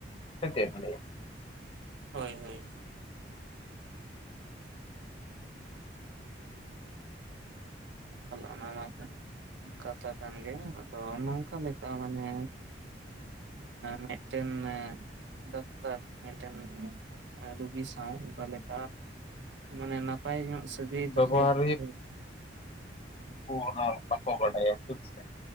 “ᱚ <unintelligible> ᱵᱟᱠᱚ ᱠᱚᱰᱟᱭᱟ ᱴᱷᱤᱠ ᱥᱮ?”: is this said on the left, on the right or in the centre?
Left